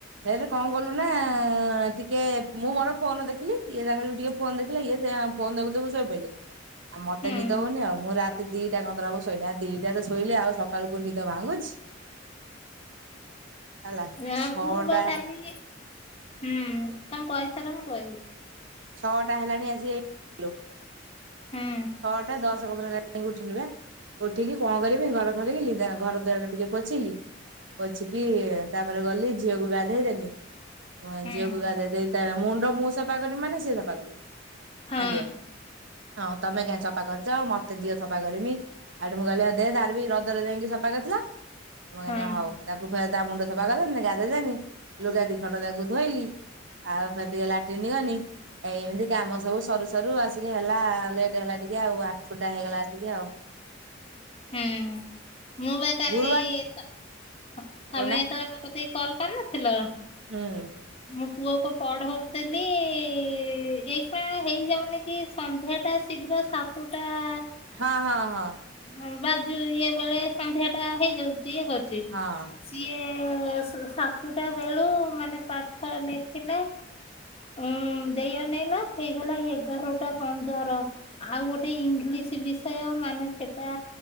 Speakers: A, on the right; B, on the left.
A: ହେଲେ କଣ କଲୁ ନା-ଆ-ଆ-ଆ-ଆ ଟିକେ ମୁଁ ମୋର ଫୋନ ଦେଖିଲି ଇଏ ତାଙ୍କର ବି ଟିକେ ଫୋନ ଦେଖିଲେ ଇଏ ସେ ଫୋନ ଦେଖୁ ଦେଖୁ ସୋଇ ପଇଲେ। ଆଉ ମତେ
B: ହୁଁ
A: ନିଦ ହଉନି ଆଉ। ମୁଁ ରାତି ଦିଟା କନ୍ଦର ହବ ଶୋଇନି। ଆଉ ଦିଇଟାରେ ଶୋଇଲେ ଆଉ ସକାଳକୁ ନିଦ ଭାଙ୍ଗୁଛି। ହେଲା
B: ନା
A: ଛଅ
B: ମୁଁ
A: ଟା
B: <unintelligible> ହୁଁ ତମେ କହି ସାର ମୁଁ କହିବି।
A: ଛଅଟା ହେଲାଣି ଆସିକି <inaudible>
B: ହୁଁ
A: ଛଅଟା ଦଶ ପନ୍ଦର ହେଲାଣି କାଇଁ ଉଠିନୁବା ଉଠିକି କଣ କରିବି ଘର ଖରିକିଲି ଲିଜା ଘର ଦ୍ବାର ଟିକେ ପୋଛିଲି। ପୋଛିକି ତାପରେ ଗଲି ଝିଅକୁ ଗାଧେଇ ଦେନି।
B: ହୁଁ
A: ଝିଅକୁ ଗାଧେଇଦେଇ ତାର ମୁଣ୍ଡ ମୁଁ ସଫା କରିବି ମାନେ ସିଏ ସଫା କରିବ।
B: ହଁ
A: କାନ୍ଦିବ, ହଁ ତମେ କାହିଁ ସଫା କରିଛ ମତେ ଦିଅ ସଫା କରିମି। ଆଠୁ ମୁଁ କହିଲି ଦେ ତାର ବି ରଜରେ ଯାଇକି ସଫା କରିଥିଲା ମୁ କହିନି
B: ହଁ
A: ହଉ। ତାକୁ ଫେରେ ତା ମୁଣ୍ଡ ସଫା କରିଦେନି ଗାଧେଇଦେନି ଲୁଗା ଦି ଖଣ୍ଡ ତାକୁ ଧୋଇଲି। ଆଉ ଫେରେ ଟିକେ ଲାଟିନି ଗନି। ଏ ଏମିତି କାମ ସବୁ ସରୁ ସରୁ ଆସିକି ହେଲା ଲେଟ ହେଲା ଟିକେ ଆଉ ଆଠୁଟା ହେଇଗଲା ଆସିକି ଆଉ।
B: ହୁଁ ମୁଁ ବା କାଲି-ଇ-ଇ-ଇ
A: ଗୁରୁବାର
B: ତ ତମେ
A: କହୁନା
B: ଯେତେବେଳେ ମୋ କତିକି କଲ୍ କରିନଥିଲ
A: ହୁଁ,
B: ମୋ ପୁଅକୁ ପଢଉଥିଲି-ଇ-ଇ-ଇ ଏଇପା ହେଇଯାଉନି କି ସନ୍ଧ୍ୟାଟା ଶୀଘ୍ର ସାତୁଟା-ଆ-ଆ-ଆ
A: ହଁ ହଁ ହଁ,
B: ହଁ ବାଜୁ ଇଏ ବେଳେ ସନ୍ଧ୍ୟା ଟା ହେଇଯାଉଛି ଇଏ କରୁଛି।
A: ହଁ।
B: ସିଏ ସାତୁଟା ବେଳୁ ମାନେ ପାଠ ନେଖିଲା- ଉଁ ଦେଇ ଅନେଇଲ ହେଇଗଲା ଏଗାରଟା ପନ୍ଦର। ଆଉ ଗୋଟେ ଇଙ୍ଗଲିଶ ବିଷୟ ମାନେ ସେଟା